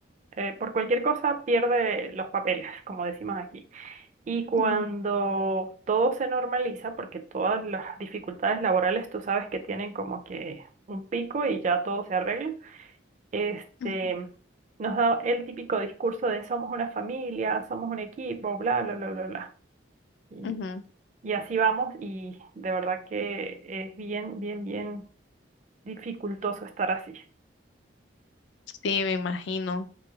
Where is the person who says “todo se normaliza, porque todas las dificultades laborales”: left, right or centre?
Right